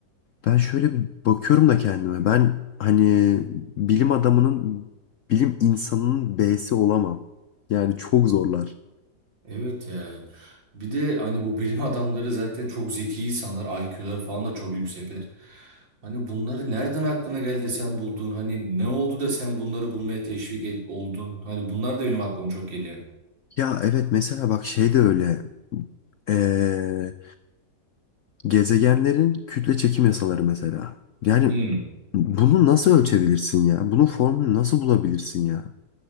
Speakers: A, on the left; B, on the right.
A: ben şöyle bir bakıyorum da kendime. Ben hani bilim adamının, bilim insanının B'si olamam. Yani çok zorlar.
B: Evet ya. Bir de hani bu bilim <laughs> adamları zaten çok zeki insanlar. IQ'ları falan da çok yüksekler. Hani bunları nereden aklına geldi de sen buldun? Hani ne oldu da sen bunları bulmaya teşvik et- oldun? Hani bunlar da benim aklıma çok geliyor.
A: Ya evet mesela bak şey de öyle. Ee, gezegenlerin kütle çekim yasaları mesela. Yani
B: Hmm.
A: bunu nasıl ölçebilirsin ya? Bunun formülünü nasıl bulabilirsin ya?